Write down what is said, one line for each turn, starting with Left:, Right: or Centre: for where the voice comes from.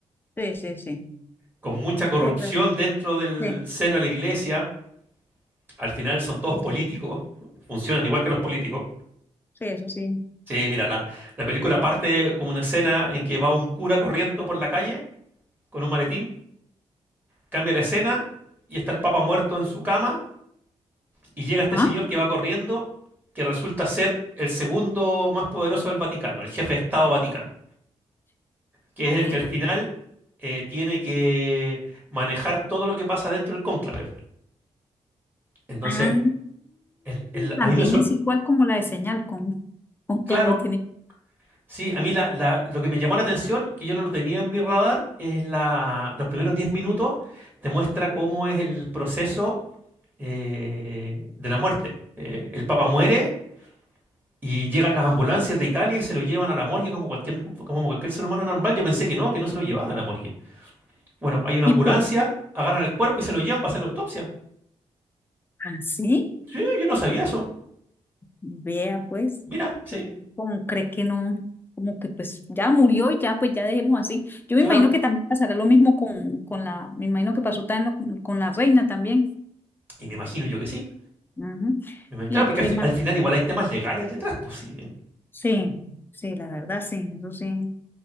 Left: Sí, sí, sí.
Right: con mucha corrupción
Left: Terra,
Right: dentro del
Left: sí,
Right: seno de la iglesia. Al final son todos
Left: sí,
Right: políticos,
Left: sí,
Right: funcionan igual que los políticos.
Left: sí, eso sí.
Right: Sí, mira, la, la película parte con una escena en que va un cura corriendo por la calle con un maletín, cambia la escena y está el Papa muerto en su cama y llega este
Left: ¿Ah?
Right: señor que va corriendo, que resulta ser el segundo más poderoso del Vaticano, el jefe de Estado Vaticano, que
Left: Ajena.
Right: es el que al final eh, tiene que manejar todo lo que pasa dentro del cónclave. Entonces,
Left: Ah,
Right: el- el-
Left: también
Right: a mí me
Left: es igual como la de señal con, con
Right: sorprendió,
Left: clave tiene.
Right: Sí, a mí la- la- lo que me llamó la atención, que yo no lo tenía en mi radar, es la, los primeros 10 minutos, te muestra cómo es el proceso eh, de la muerte. Eh, el Papa muere y llegan las ambulancias de Italia y se lo llevan a la morgue como cualquier, como cualquier ser humano normal. Yo pensé que no, que no se lo llevaban a la morgue. Bueno, hay una
Left: ¿Y
Right: ambulancia,
Left: por
Right: agarran el cuerpo y se lo llevan para hacer la autopsia.
Left: así?
Right: Sí, yo no sabía eso.
Left: Vea, pues,
Right: Mira, sí,
Left: pues uno como cree que no, como que pues ya murió y ya, pues ya dejemos así. Yo
Right: claro.
Left: me imagino que también pasará lo mismo con, con la, me imagino que pasó también lo- con, la reina también.
Right: Y me imagino yo que sí.
Left: Ujú.
Right: Me imag-
Left: ¿Y
Right: Claro, porque
Left: qué
Right: al, fi-
Left: más?
Right: al final igual hay temas legales detrás, pues sí.
Left: Sí, sí, la verdad, sí, eso sí.